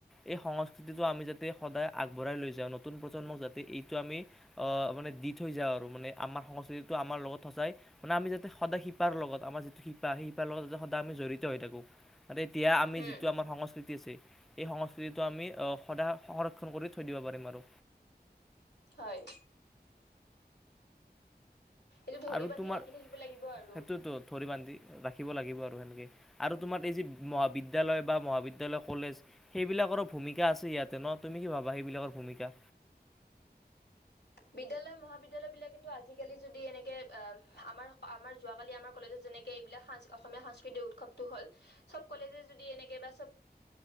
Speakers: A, in the centre; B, on the left (about 85°).
A: এই সংস্কৃতিটো আমি যাতে সদায় আগবঢ়াই লৈ যাওঁ নতুন প্ৰজন্মক যাতে এইটো আমি আহ মানে দি থৈ যাওঁ আৰু মানে আমাৰ সংস্কৃতিতটো আমাৰ লগত সচাই মানে আমি যাতে সদায় শিপাৰ লগত আমাৰ যিটো শিপা সেই শিপাৰ লগত যতে সদায় আমি জড়িত হৈ থাকো ম এতিয়া আমি
B: হম
A: যিটো আমাৰ সংস্কৃতি আছে এই সংস্কৃতিটো আমি সদায় সংৰক্ষণ কৰি থৈ দিব পাৰিম আৰু
B: হয় এইটো ধৰি
A: আৰু
B: বান্ধি
A: তোমাৰ
B: ৰাখি থাকিব লাগিব আৰু
A: সেইটোতো ধৰি বান্ধি ৰাখিব লাগিব আৰু সেনেকে আৰু তোমাৰ এই যি বিদ্যালয় বা মহাবিদ্যয়ালয় কলেজ সেইবিলাকৰো ভূমিকা আছে ইয়াতে ন তুমি কি ভাবা সেইবিলাকৰ ভূমিকা
B: বিদ্যালয়ৰ মহাবিদ্যয়ালয় বিলাকেতো আজিকালি যদি এনেকে আমাৰ আমাৰ যোৱাকালি আমাৰ কলেজত যেনেকে এইবিলাক স অসমীয়া সাংস্কৃতিক উৎসৱটো হ'ল সব কলেজে যদি এনেকে বা সব